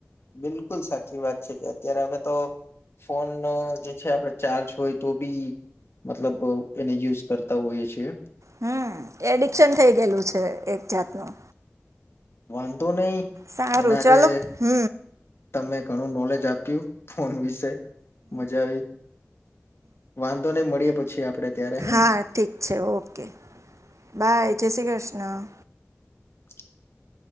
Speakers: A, on the left; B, on the right.
A: બિલકુલ સાચી વાત છે કે તયારે આપડ તો ફોન જે છે, આપડે ચાર્જ હોય તો બી મતલબ એને યુઝ કરતા હોઈએ છીએ
B: હમ એડિક્શન થઇ ગયેલું છે એક જાતનું.
A: વાંધો નહી.
B: સારું
A: મને આજે
B: ચાલો હમ.
A: તમે ઘણું નોલેજ આપ્યું ફોન વિશે મજા આવી. વાંધો નય મળીએ પછી આપડે ત્યારે હને.
B: હા ઠીક ઓકે બાય જય શ્રી કૃષ્ણ.
A: <inaudible>